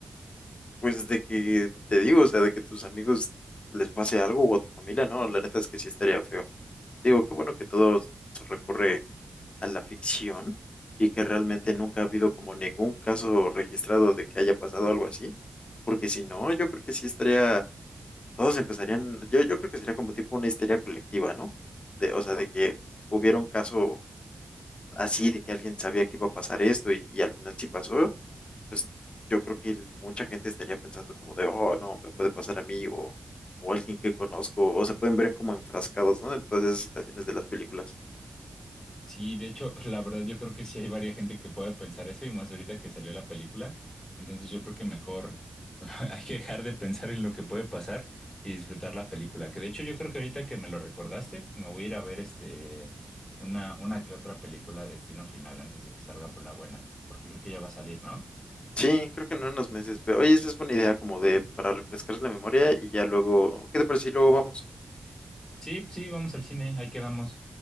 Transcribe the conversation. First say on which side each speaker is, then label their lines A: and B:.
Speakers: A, on the left (about 50°); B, on the left (about 20°).
A: pues de que te digo, o sea, de que tus amigos les pase algo o a tu familia, no, la neta es que sí estaría feo. Digo, qué bueno que todo se recurre a la ficción y que realmente nunca ha habido como ningún caso registrado de que haya pasado algo así, porque si no, yo creo que sí estaría, todos empezarían, yo, yo creo que sería como tipo una histeria colectiva, ¿no? De, o sea, de que hubiera un caso así, de que alguien sabía que iba a pasar esto y, y al final sí pasó. pues yo creo que el- mucha gente estaría pensando como de, oh, no, me puede pasar a mí o, o alguien que conozco, o se pueden ver como enfrascados, ¿no? En todas esas situaciones de las películas.
B: Sí, de hecho, <laughs> la verdad yo creo que sí hay varias gente que puede pensar eso y más ahorita que salió la película. Entonces yo creo que mejor <laughs> hay que dejar de pensar en lo que puede pasar y disfrutar la película. Que de hecho yo creo que ahorita que me lo recordaste, pues me voy a ir a ver este una, una que otra película de Destino Final antes de que salga por la buena, porque creo que ya va a salir, ¿no?
A: Sí, creo que en unos meses, pero oye, esa es buena idea como de para refrescar la memoria y ya luego, ¿qué te parece? Y luego vamos.
B: Sí, pues sí, vamos al cine, ahí quedamos.